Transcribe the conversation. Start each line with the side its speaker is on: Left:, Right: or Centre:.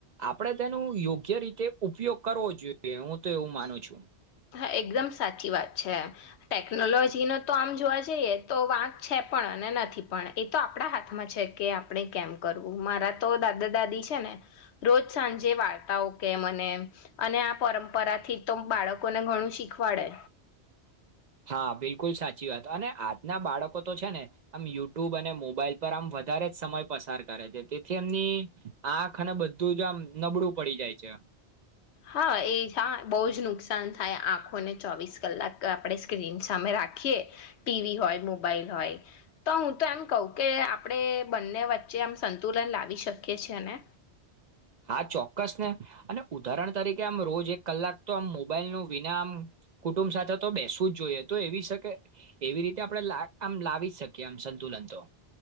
Right: આપણેે તેનું યોગ્ય રીતે ઉપયોગ કરવો જોઈએ હું તો એવું માનું છું.
Left: હા એકદમ સાચી વાત છે ટેકનોલોજી ન તો આમ જોવા જઈએ તો વાંક છે પણ અને નથી પણ એ તો આપણા હાથમાં છે કે આપણે કેમ કરવું મારા તો દાદા દાદી છે ને રોજ સાંજે વાર્તાઓ કેમ અને અને આ પરંપરાથી તો બાળક લોકોને ઘણું શીખવાડે
Right: હા બિલકુલ સાચી વાત અને આજના બાળકો તો છે ને આમ યુટ્યુબ અને મોબાઈલ પર આમ વધારે જ સમય પસાર કરે છે તેથી એમની આંખ અને બધું જ આમ નબળું પડી જાય છે.
Left: હા એ હા બહુ જ નુકસાન થાય આંખોને ચોવીસ કલાક આપણે સ્ક્રીન સામે રાખીએ ટીવી હોય મોબાઈલ હોય તો હું તો એમ કહું કે આપણે બંને વચ્ચે આમ સંતુલન લાવી શકીએ છેીએ ને.
Right: હા ચોક્કસ ને અને ઉદાહરણ તરીકે આમ રોજ એક કલાક તો આમ મોબાઈલનું વિના આમ કુટુંબ સાથે તો બેસવું જ જોઈએ તો એવી શકે એવી રીતે આપણે આમ લાવી જ શકીએ આમ સંતુલન તો.